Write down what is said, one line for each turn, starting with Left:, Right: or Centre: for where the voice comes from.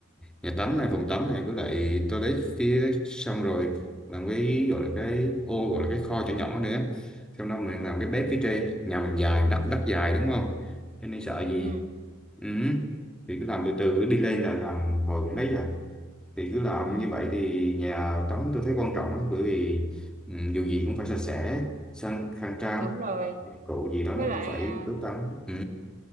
Centre: nhà tắm này phòng tắm này với lại toilet phía xong rồi làm cái gọi là cái ô gọi là cái kho nhỏ nhỏ nữa sau đó mình làm cái bếp phía trên nhà mình dài đất đất dài đúng không cho nên sợ gì
Right: ừ
Centre: ừ. thì cứ làm từ từ đi lên là làm hồi cũng thấy rồi thì cứ làm
Right: ừ
Centre: như vậy thì nhà tắm tôi thấy quan trọng lắm bởi vì ừ, dù gì cũng phải sạch sẽ sang khang trang
Right: đúng rồi
Centre: dụng cụ gì đó
Right: với
Centre: nó
Right: lại
Centre: cũng phải
Right: à,
Centre: tốt lắm ừ.